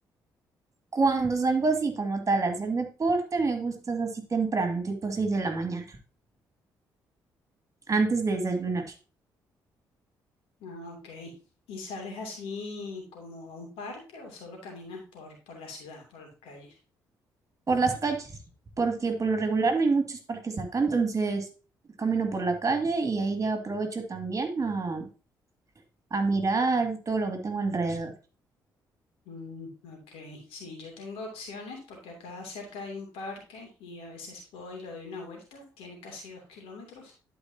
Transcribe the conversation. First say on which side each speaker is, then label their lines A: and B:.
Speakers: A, on the right (about 35°); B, on the left (about 75°).
A: Cuando salgo así como tal a hacer deporte, me gustas así temprano, tipo 6 de la mañana, antes de desayunar,
B: Ah, ok. ¿Y sales así como a un parque o solo caminas por, por la ciudad, por las calles?
A: por las calles, porque por lo regular no hay muchos parques acá, entonces camino por la calle y ahí ya aprovecho también a, a mirar todo lo que tengo alrededor.
B: Mm, ok. Sí, yo tengo opciones porque acá cerca hay un parque y a veces voy y le doy una vuelta. Tiene casi dos kilómetros.